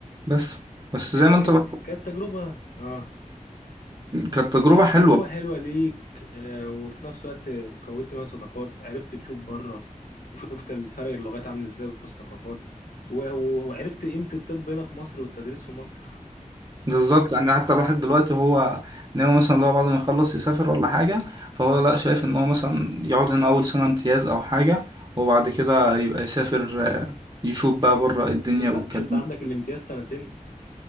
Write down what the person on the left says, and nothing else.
هي
ك...
كانت تجربة اه
كانت
تجربة حلوة ليك آه وفي نفس الوقت كونت منها صداقات عرفت تشوف بره وشفت الفرق اللغات عامل ازاي والثقافات و... و... وعرفت قيمة الطب هنا في مصر والتدريس في مصر <laughs>
مش انت
مش انت
عندك الامتياز سنتين